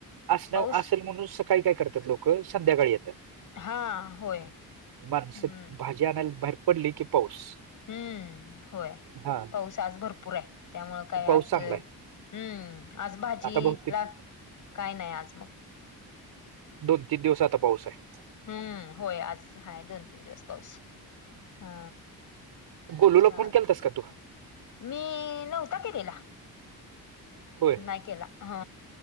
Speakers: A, on the right (about 80°); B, on the left (about 55°).
A: असण्या
B: पाऊस
A: असेल म्हणून सकाळी काय करतात लोक संध्याकाळी येतात
B: हा होय
A: माणसे
B: हम्म
A: भाजी आणायला बाहेर पडली की पाऊस
B: हम्म होय
A: हा
B: पाऊस आज भरपूर आहे त्यामुळं काय
A: पाऊस
B: आज
A: चांगला आहे
B: हम्म आज भाजी
A: आता बहुतेक
B: ला काय नाही आज मग
A: दोन तीन दिवस आता पाऊस आहे
B: हम्म होय आज हाय दोन तीन दिवस पाऊस हा
A: गोलूला
B: चाल
A: फोन केला तस का तू
B: मी नव्हता केलेला
A: होय
B: नाही केला हा